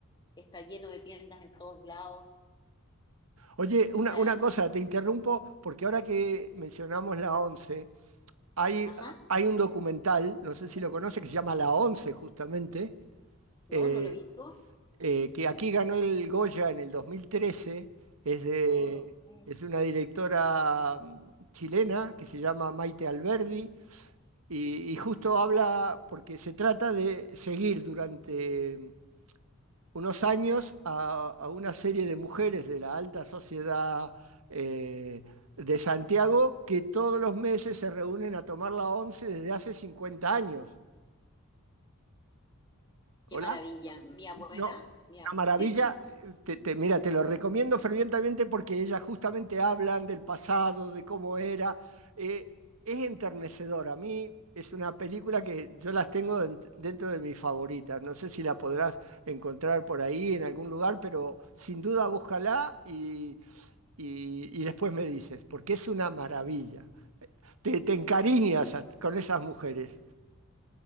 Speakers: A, on the left; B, on the right.
A: está lleno de tiendas en todos lados,
B: Oye,
A: está...
B: una, una cosa, te interrumpo porque ahora que mencionamos la once, hay,
A: Ajá,
B: hay un documental, no sé
A: Mira,
B: si lo conoce, que se llama La Once justamente,
A: no,
B: eh,
A: no lo he visto.
B: eh, que aquí ganó el Goya en el 2013, es de,
A: No lo sé,
B: es de una directora mm, chilena
A: no.
B: que se llama Maite Alberdi y, y justo habla porque se trata de seguir durante unos años a, a una serie de mujeres de la alta sociedad eh, de Santiago que todos los meses se reúnen a tomar la once desde hace 50 años. ¿Hola?
A: Qué maravilla. Mi abuela,
B: No,
A: mi
B: una
A: ab-
B: maravilla.
A: sí, sí,
B: Te, te- mira, te lo recomiendo fervientemente porque ellas justamente hablan del pasado, de cómo era. Eh, es enternecedor. A mí es una película que yo las tengo en- dentro de mis favoritas. No sé si la podrás encontrar por ahí en algún lugar, pero sin duda búscala y, y- y después me dices, porque es una maravilla. Te, te encariñas a- con esas mujeres.